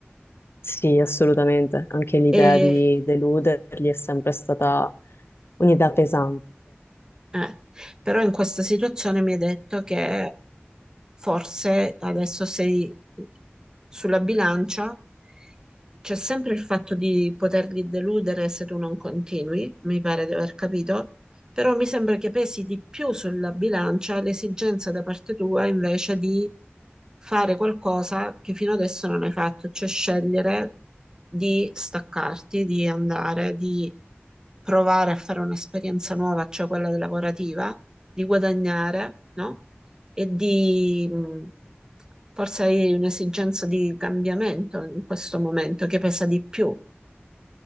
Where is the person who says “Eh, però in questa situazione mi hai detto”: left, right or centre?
Right